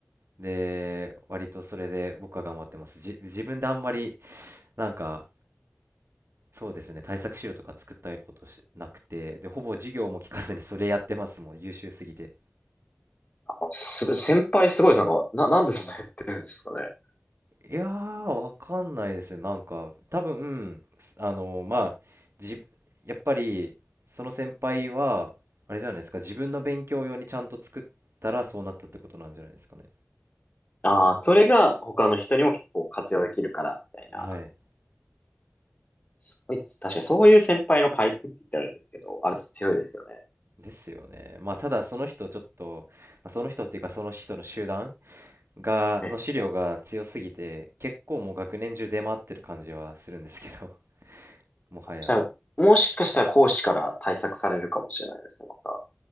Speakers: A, on the right (about 75°); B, on the left (about 35°).
A: で、割とそれで僕は頑張ってます。じ、自分であんまり、なんか、そうですね、対策資料とか作ったことしなくて、で、ほぼ授業も聞かずにそれやってますもん、優秀すぎて。
B: あすごい、先輩すごいです。なんか、な、なんでそんなやってるんですかね。
A: いやー、わかんないですね。なんか、多分、あのーまあ、じ、やっぱり、その先輩は、あれじゃないですか、自分の勉強用にちゃんと作ったらそうなったってことなんじゃないですかね。
B: ああ、それが他の人にも結構活用できるから、みたいな。
A: はい。
B: すごいです。確かにそういう先輩のパイプって言ったらあれですけど、あると強いですよね。
A: ですよね。まあ、ただ、その人、ちょっと、まあ、その人っていうか、その人の集団が、
B: ええ。
A: の資料が強すぎて、結構もう学年中出回ってる感じはするんですけど、<laughs> もはや。
B: じゃあ、もしかしたら講師から対策されるかもしれないですね、また。